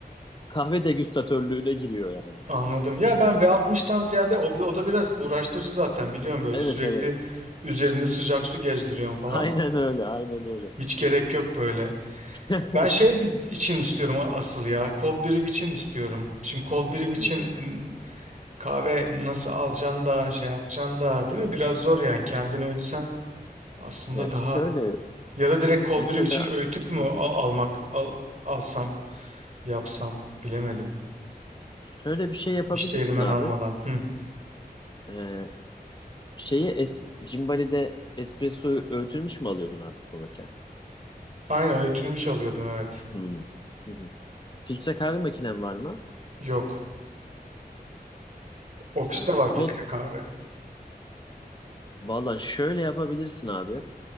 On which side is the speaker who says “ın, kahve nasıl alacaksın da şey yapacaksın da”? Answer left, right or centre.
Right